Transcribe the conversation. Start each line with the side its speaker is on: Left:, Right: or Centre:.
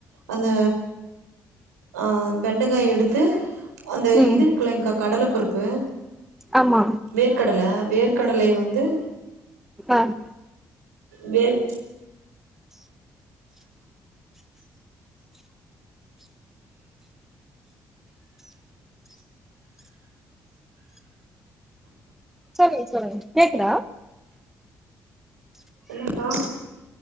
Right: அந்த ஆஹ் வெண்டைக்காய எடுத்து அந்த
Centre: ம்
Right: இது இருக்கிள்ளைங்க்காங் கடலை பருப்பு
Centre: ஆமா
Right: வேர்க்கடலை வேர்க்கடலை வந்து
Centre: ஆஹ்
Right: வேறு
Centre: சரி சொல்லுங்க கேக்குதா
Right: என்னக்கா